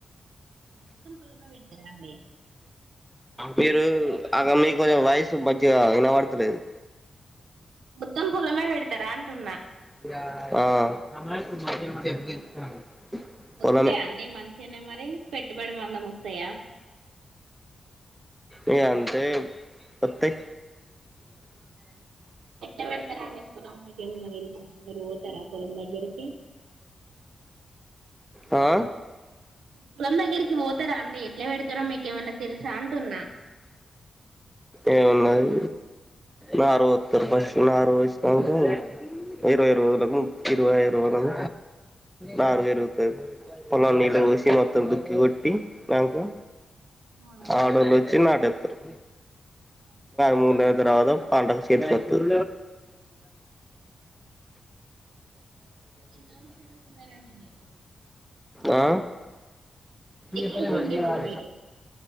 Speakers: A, on the right; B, in the centre.
A: మొత్తం పొలమే పెడతారా అండి
B: మీరు అక మీకు కొంచెం వాయిస్ మంచిగా వినబడతలేదు
A: మొత్తం పొలము పెడతారా అంటున్నా
B: ఆ
A: వస్తాయా
B: పొలమే
A: అండి మంచిగానే మరి పెట్టుబడి మందం వస్తాయా
B: ఇగ అంతే వత్తయ్
A: ఎట్లా పెడతారండి పొలం మీకేమైనా తెలుసా మీరు పోతారా పొలం దగ్గరికి
B: అ ఆ
A: పొలం దగ్గరికి పోతారా అండి ఎట్లా పెడుతారో మీకేమన్నా తెలుసా అంటున్నా
B: ఏమున్నది నారు పోత్తరు ఫస్ట్ నారు పోసినంకా ఇరవై రోజులకు ఇరవై ఐదు రోజులకు నారు పెరుగుతది పొలం నీళ్ళు పోసి మొత్తం దుక్కి కొట్టి నంకా
A: ఆ
B: ఆడోళ్ళు వొచ్చి నాటేతారు
A: ఆ
B: మూడు నెల్ల తర్వాత పంట సేతికొత్తది
A: ఎంతవరకు చదువుకున్నారండి మీరు
B: ఆ
A: ఏ
B: ఇ
A: క్లాస్
B: ప వ
A: అండి ఇప్పుడు మీరు